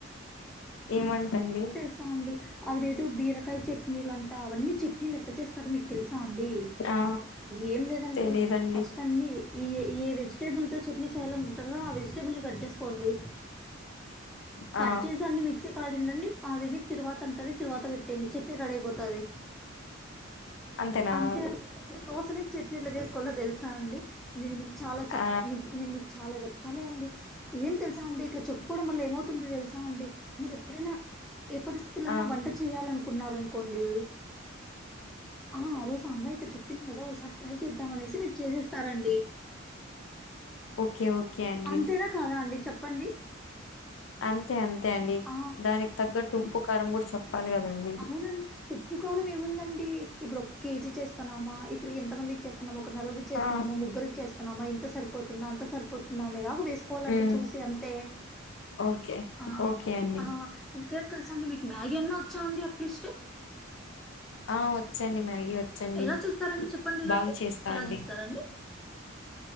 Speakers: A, on the left; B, in the centre.
A: ఏం వంటండి?
B: సా అండి అవిదేదో బీరకాయ చట్నీలు అంటా అవన్నీ చట్నీలు ఎట్ల చేస్తారో మీక్ తెలుసా అండి?
A: ఆ
B: ఏం లేదంటి
A: తెలీదండి
B: ఫస్ట్ అన్ని ఈ ఏ ఏ వెజిటేబుల్ తో చట్నీ చేయాలనుకుంటరో ఆ వెజిటేబుల్నీ కట్ చేసుకోండి. కట్
A: ఆ
B: జేసీ అన్ని మిక్ పాడిడండి అదేమి తిరువాత అంటరు, తిరువాత పెట్టేయండి చెట్నీ రెడయిపోతది.
A: అంతేనా
B: అంతే అండి. మీరు దోశలేకి చట్నీ ఎట్ల చేసుకోలో తెలుసా అండి? నేను మీక్ చాల చెప్
A: ఆ
B: నీక్ నేను మీకు చాల చెప్ సర్లే అండి. ఏం తెలుసాండి ఇట్లా చెప్పుకోడం వల్ల ఏమవుతుందో తెలుసా అండి మీరెప్ ఎప్పుడైనా ఏ పరిస్థితులన్నా
A: ఆ
B: వంట చేయాలనుకున్నారనుకోండి ఆ ఆ రోజు ఆ అమ్మాయి తో చెప్పింది కదా, ఓసారి ట్రై చేద్దామనేసి మీరు చేసేస్ స్తారండి
A: ఓకే ఓకే అండి
B: అంతేనా కాద అండి చెప్పండి
A: అంతే అంతే అండి
B: ఆ
A: దానికి తగ్గట్టు ఉప్పు కారం కూడ చెప్పాలి కదండి.
B: అవునండి. ఉప్పు కారం ఏముందండి? ఇప్పుడు ఒక కేజీ చేస్తానామా ఇప్పుడు ఎంతమంది చేస్తున్నమ ఒక నలుగురి చేస్తున్నామా,
A: ఆ
B: ముగ్గురికి చేస్తున్నామా, ఇంత సరిపోతుందా, అంత సరిపోతుందా, అనేలాగా వేస్ కోలండి
A: ఉమ్
B: చూసి అంతే
A: ఓకే
B: ఆ
A: ఓకే అండి
B: ఆ ఇంకేం తెలుసా అండి, మీకి మ్యాగీ అన్నా వచ్చా అండి అట్లీస్ట్?
A: ఆ వచ్చండి. మ్యాగీ వచ్చండి.
B: ఎలా చేస్తారండి చెప్పండి నాకి?
A: బాగ చేస్తా
B: ఎలా
A: అండి.
B: చేస్తారండి?